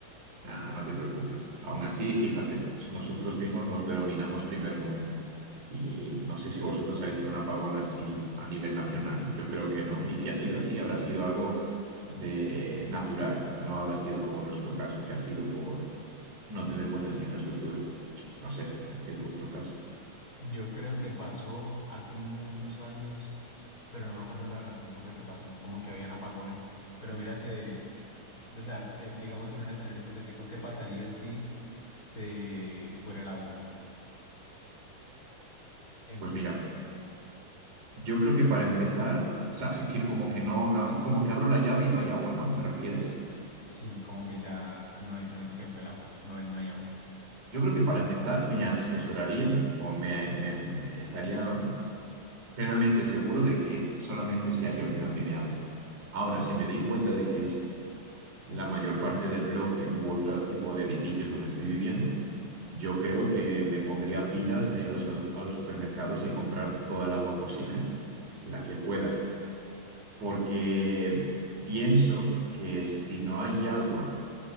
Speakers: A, on the right; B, on the left.
A: Nah, no te preocupes. Aún así, fíjate, nosotros mismos nos denominamos primer mundo. Y no sé si vosotros habéis tenido un apagón así a nivel nacional. Yo creo que no. Y si ha sido así, habrá sido algo de natural. No habrá sido como nuestro caso, que ha sido por no tener buenas infraestructuras. No sé si ha sido vuestro caso.
B: Yo creo que pasó hace muchos años, pero no me acuerdo la razón por la que pasó, como que habían apagones, pero mira que... O sea, eh, digamos en un escenario hipotético, ¿qué pasaría si se fuera el agua en
A: Pues
B: tu
A: mira,
B: país?
A: yo creo que para empezar, o sea, sí que como que no, no abrí- como que abro la llave y no hay agua, ¿no? ¿Te refieres?
B: Sí, como que ya no, hay- no- se fue el agua, no hay, no hay agua.
A: Yo creo que para empezar me asesoraría o me, me- me estaría plenamente seguro de que solamente sea yo que no tiene agua. Ahora, si me doy cuenta de que es la mayor parte del bloque u otro tipo de edificios donde estoy viviendo, yo creo que me pondría pilas a ir a los, a los supermercados y comprar toda el agua posible, <laughs> la que pueda. Porque pienso que si no hay agua